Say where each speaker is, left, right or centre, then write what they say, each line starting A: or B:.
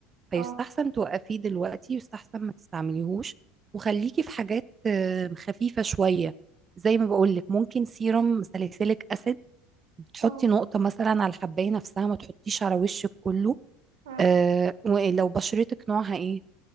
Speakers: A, on the right; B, on the right.
A: فيستحسن
B: اه
A: توقفيه دلوقتي يستحسن ما تستعمليهوش وخليكي في حاجات آم، خفيفة شوية زي ما بقولك ممكن سيرم ساليسيليك أسيد تحطي
B: اه
A: نقطة مثلا على الحباية نفسها ما تحطيش على وشك كله
B: آه.
A: آه، ولو بشرتك نوعها ايه